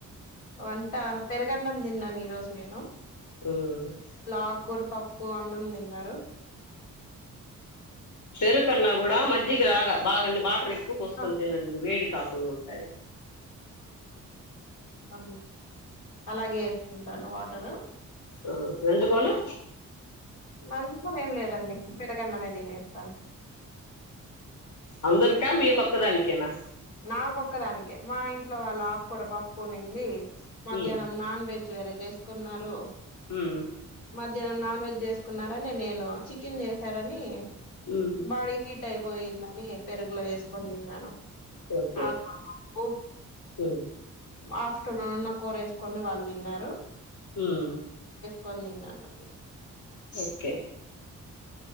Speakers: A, on the left; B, on the left.
A: వంట పెరుగన్నం తిన్నాను ఈరోజు నేను
B: హ్మ్
A: ఆకుకూర పప్పు అన్నం తిన్నా రు
B: పెరుకన్నా కూడా మజ్జి రాగా బాగా వాటర్ ఎ పోసుకొ
A: ఆ
B: తినండి వేడి కా ఉంటాయి
A: అ అలాగే వేసుకుంటాను వాటర్
B: ఆ వెంజుకోను
A: నంచుకోని ఏం లేదండి పెరగన్నమే తినేస్తాను
B: అందరికా మీక ఒక్కదానికేనా
A: నాకొక్కదానికె మా ఇంట్లో వాళ్ళ ఆకూర పప్పునింది మధ్యాహ్నం
B: ఉమ్
A: నాన్ వెజ్ వేర్ చేసుకున్నారు
B: ఉమ్
A: మధ్యాహ్నం నాలుగు వెజ్ చేసుకున్నారా నేను చికెన్ చేశారని
B: ఉమ్
A: బాడీ హీట్ అయిపోయిందని పెరుగులో వేసుకొని తిన్నాను
B: ఓకే
A: ఆకుకూర పప్పు
B: హ్మ్
A: ఆఫ్టర్నూన్ నా కూర వేసుకొని వాళ్ళు తిన్నారు
B: హ్మ్
A: కొంతినండి
B: ఓకే